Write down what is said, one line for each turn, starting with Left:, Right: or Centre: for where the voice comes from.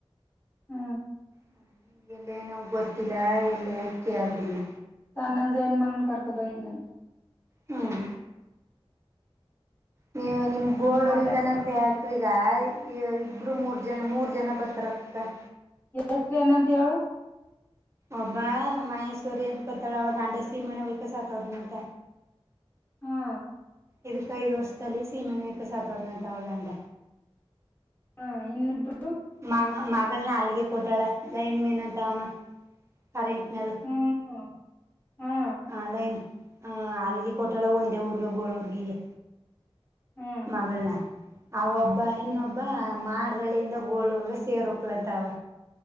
Left: ಹ
Right: ಹಾ ಹ ಎಲ್ಲೆನವ ಗೊತ್ತಿಲ್ಲ ಎಲ್ಲೆನ್ ಕೇಳ್ತಿನ್ನ
Left: ಆನಂದ್ ಜೈನ ಮಗನ್ ಕರ್ಕೊಂಡ ಬಂದಿದ್ನಂತ
Right: ಹ್ಮ್ ನೀವ ನಿಮ್
Left: ಬಂದ್
Right: ಗೋಳೂರಿಂದ
Left: ಮಾತಾಡ್ಸ್ಕೊ
Right: ಪ್ಯಾಕ್ ಇಬ್ಬರಿಗಾಯಿ ಇಬ್ರು ಮೂರ ಜನ ಮೂರು ಜನ ಬರ್ತರತ್ತ್ ಅಕ್ಕ
Left: ಎಷ್ಟ್ರೀ ಅನಂತ ಹೇಳು
Right: ಒಬ್ಬ ಮಹೇಶ್ವರಿ ಅಂತ ಬರ್ತಳ ಅವಳ ಗಂಡ ಸೀಮೆ ಎಣ್ಣೆ ಹುಯ್ಕೊಂಡ ಸತ್ತೋದ್ನಂತ
Left: ಹಾ
Right: ಇದಕ್ಕ ಐದ ವರ್ಷದ ತಲಿಸಿ ಮನ್ಯಾಗ್ ಕಸ ತೊದ್ನಂತ ಅವಗಂಡ
Left: ಹಾ ಇನ್ನಬ್ರು
Right: ಮಗ ಮಾಗಳ್ನ ಅಲ್ಗೆ ಕೊಟಾಳ ಲೈನೆಮೆನ ಅಂತಮ್ಮ ಕರೆಟನದು
Left: ಹ್ಮ್ ಹಾ
Right: ಆನ್ಲೈನ್ ಹ ಆಲ್ರೆಡಿ ಕೊಟ್ಟಾಳ ಒಂದ ಊರ್ಗ ಗೋಳೂರ್ಗಿಗೆ
Left: ಹ್ಮ್
Right: ಮಗಳ್ನ ಆವೊಬ್ಬ ಇನ್ನೊಬ್ಬ
Left: ಹ್ಮ್
Right: ಮಾಡ್ರಳ್ಳಿಯಿಂದ ಗೋಳರ್ಗೆ ಸೇರು ಹೋಕ್ಲಂತ ಅವ